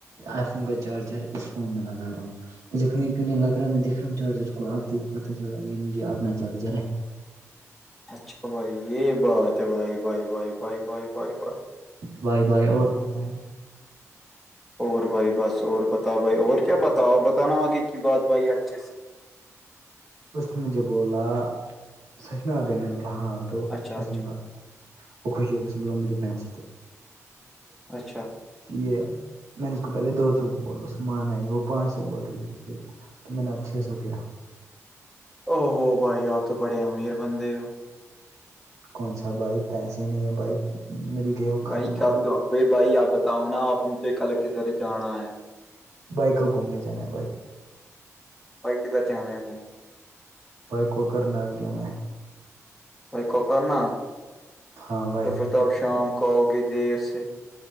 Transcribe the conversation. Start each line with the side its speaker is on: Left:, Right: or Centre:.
Right: آئی فون کا چارجر اس فون میں لگا رہا ہوں د کیوں نہیں لگ رہا میں دیکھ رہا ہوں چارجر کو آپ د پتا چلا ہے یہ مجھے اپنا چارجر ہے
Centre: اچھا بھائی یہ بات ہے بھائی بائی بھائی بھائی بائی بائی بائی
Right: بھائے بھائے اور ب بائی
Centre: اور بھائی بس اور بتاؤ بھائی اور کیا بتاؤ بتانا آگے کی بات بھائی اچھے سے
Right: اس نے مجھے بولا سچ میں آ گیا میں نے بولا ہاں تو
Centre: اچھا
Right: اس
Centre: اچھا
Right: نے بولا وہ خوشی ہو گ س مجھے پہنچ
Centre: اچھا
Right: جی یہ میں نے اس کو پہلے دو سو بول اس مانا ہی نہیں وہ پانچ سو بول رہی تو تو میں نے اب چھ سو کیا
Centre: او ہوو بھائی آپ تو بڑے امیر بند ہو
Right: کون سا بھائی پیسے نہیں ہے بھائی مل گئے وہ
Centre: بھائی
Right: ختم ہو
Centre: کلے
Right: گئے
Centre: بھائی آپ بتاؤ نا آپ مجھے کل کدھر جانا ہے
Right: بھائی کل گھومنے جانا ہے بھائی کل
Centre: بھائی کدھر جانا ہے گھومے
Right: بھائی کوکر ناگ جانا ہے
Centre: بھائی کوکر ناگ
Right: ہاں بھائی
Centre: تو پھر تو آپ شام کو آؤ گے دیر سے